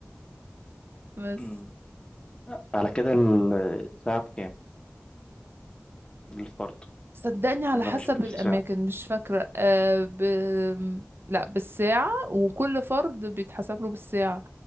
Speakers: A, on the right; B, on the left.
A: بس
B: أمم. على كده ال- الساعة بكام للفرد
A: صدقني على
B: ولا
A: حسب
B: مش بالساعة
A: الأماكن مش فاكرة أه ب... لا بالساعة وكل فرد بيتحسب له بالساعة